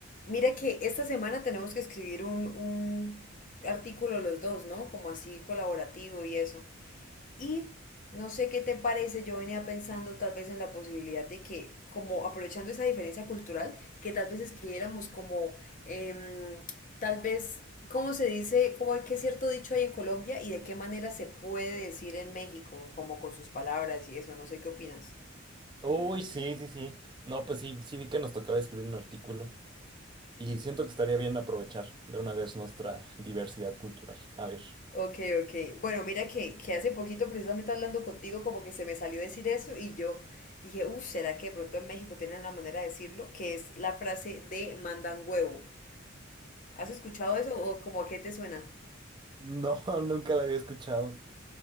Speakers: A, on the left (about 40°); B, on the right (about 25°).
A: Mira que esta semana tenemos que escribir un, un artículo los dos, ¿no? Como así colaborativo y eso. Y no sé qué te parece, yo venía pensando tal vez en la posibilidad de que, como aprovechando esa diferencia cultural, que tal vez escribiéramos como, em, tal vez, ¿cómo se dice? ¿Cómo hay que cierto dicho hay en Colombia y de qué manera se puede decir en México, como con sus palabras y eso? No sé qué opinas.
B: Uy, sí, sí, sí. No, pues sí, sí vi que nos tocaba escribir un artículo y siento que estaría bien aprovechar de una vez nuestra diversidad cultural. A ver.
A: Ok, ok. Bueno, mira que, que hace poquito, precisamente hablando contigo, como que se me salió decir eso y yo dije, uff, ¿será que de pronto en México tienen una manera de decirlo? Que es la frase de mandan huevo. ¿Has escuchado eso o como a qué te suena?
B: No, <laughs> nunca la había escuchado.